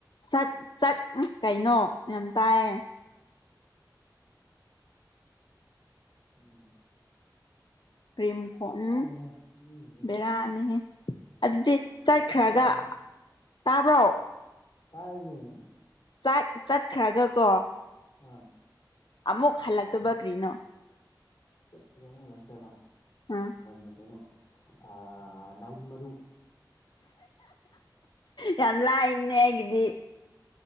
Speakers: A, on the left (about 80°); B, on the left (about 50°).
A: ꯁꯠ ꯆꯠ ꯀꯩꯅꯣ ꯌꯥꯝ ꯇꯥꯏꯌꯦ
B: ꯎꯝ
A: ꯄꯔꯤꯝ ꯀꯣꯎꯝ
B: ꯕꯦꯔꯥꯅꯦꯍꯦ ꯃꯤꯁꯤꯡꯁꯦ
A: ꯕꯦꯔꯥ ꯅꯤꯍꯦ ꯑꯗꯨꯗꯤ ꯆꯠꯈ꯭ꯔꯒ
B: ꯐꯣꯟ ꯄꯥꯏꯗꯗꯤ
A: ꯇꯥꯕ꯭ꯔꯣ
B: ꯇꯥꯏꯅꯦ
A: ꯆꯥꯥꯛ ꯆꯠꯈ꯭ꯔꯒ ꯀꯣ
B: ꯑꯥ
A: ꯑꯃꯨꯛ ꯍꯜꯂꯛꯛꯇꯕ ꯀ꯭ꯔꯤꯅꯣ
B: ꯆꯠꯈ꯭ꯔꯒ ꯑꯃꯨꯛ ꯍꯜꯂꯛꯇꯕ
A: ꯑꯥ
B: ꯑ ꯀꯩꯅꯣ ꯑ ꯅꯥꯎꯔꯤ ꯃꯔꯨ
A: ꯌꯥꯝ ꯂꯥꯏꯕꯅꯦ ꯑꯩꯒꯤꯗꯤ